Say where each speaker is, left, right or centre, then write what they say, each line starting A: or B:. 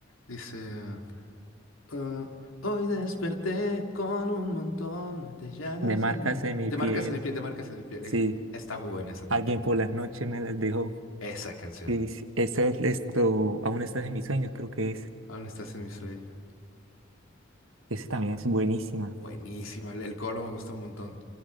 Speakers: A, on the left; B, on the right.
A: Dice. "Ah, hoy desperté con un montón de llagas
B: De marcas
A: en mi.
B: en mi
A: De
B: piel,
A: marcas en mi piel, de marcas en mi piel.
B: sí,
A: eh. Está muy buena esa también.
B: alguien por las noches me las dejó.
A: Esa canción.
B: Sí, sí, esa es esto, aún estás en mis sueños, creo que es,
A: Aún estás en mis sueños.
B: ese también es buenísima.
A: Buenísima. El, el coro me gusta un montón.